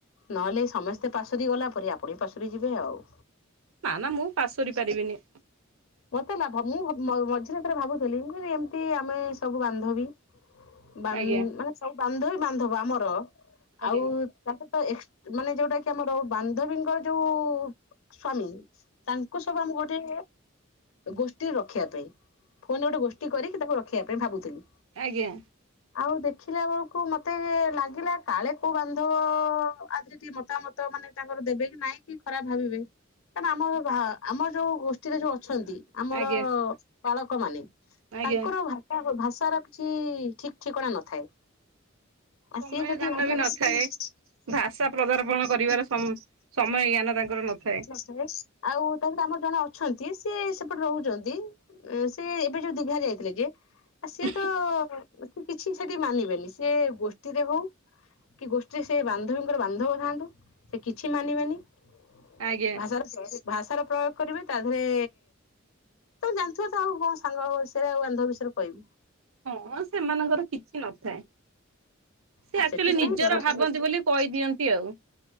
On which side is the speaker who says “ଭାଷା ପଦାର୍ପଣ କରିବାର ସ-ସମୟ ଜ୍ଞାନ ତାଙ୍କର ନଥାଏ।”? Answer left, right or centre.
Right